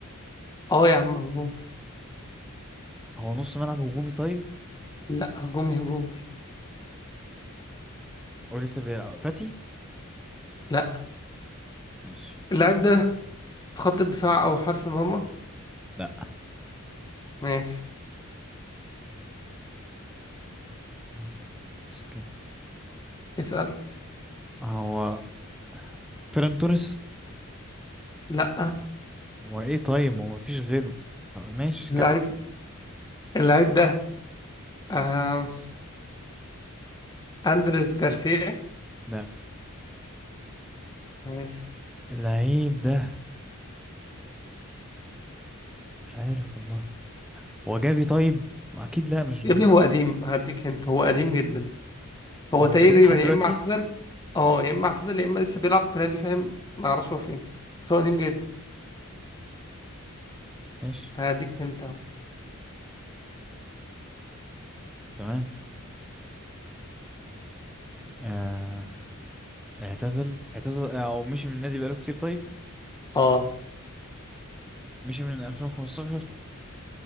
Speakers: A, on the left (about 20°); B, in the centre.
A: اه يا عم هجومي
B: هو نص ملعب هجومي طيب
A: لا هجومي هجومي
B: هو لسه بيلعب فاتي
A: لا
B: ماشي
A: اللاعب ده في خط الدفاع او حارس المرمى
B: لا
A: ماشي
B: ليفاندوسكي
A: اسأل
B: هو فيران توريس
A: لا
B: هو ايه طيب ما هو مفيش غيره آه، ماشي
A: اللاعب
B: كم
A: اللاعب ده آه... اندريس جارسيا
B: لا
A: ماشي
B: اللعيب ده مش عارف والله هو جافي طيب اكيد لا مش
A: يا ابني هو قديم هديك انت هو قديم جدا هو
B: هو
A: تقريبا
B: موجود لحد
A: يا
B: دلوقتي
A: اما اعتزل اه يا اما اعتزل يا اما لسه بيلعب في نادي فاهم ما اعرفش هو فين بس هو قديم جدا
B: ماشي
A: هديك انت اهو
B: تمام آه... اعتزل اعتزل او مشي من النادي بقاله كتير طيب
A: اه
B: مشي من 2015